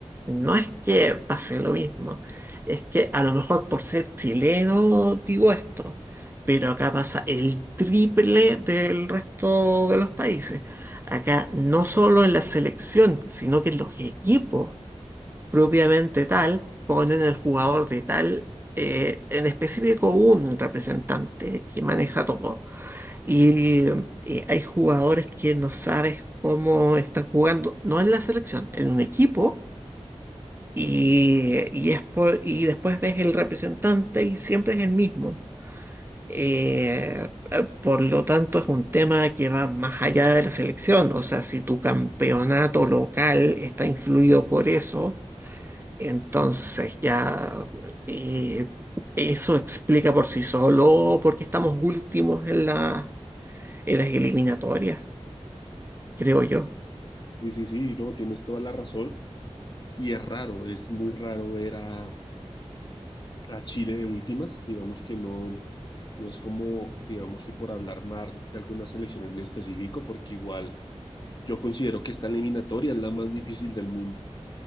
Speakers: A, on the right; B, on the left.
A: no es que pase lo mismo, es que a lo mejor por ser chileno digo esto, pero acá pasa el triple del resto de los países. Acá no solo en la selección, sino que en los equipos propiamente tal, ponen el jugador de tal, eh, en específico un representante que maneja todo. Y eh, hay jugadores que no sabes cómo están jugando, no en la selección, en un equipo, y, y, es por- y después ves el representante y siempre es el mismo. Eh, eh, por lo tanto, es un tema que va más allá de la selección. O sea, si tu campeonato local está influido por eso, entonces ya eh, eso explica por sí solo por qué estamos últimos en la, en las eliminatorias, creo yo.
B: Sí, sí, sí, no, tienes toda la razón. Y es raro, es muy raro ver a, a Chile de últimas, digamos que no, no es como, digamos que por hablar mal de alguna selección en específico, porque igual yo considero que esta eliminatoria es la más difícil del mundo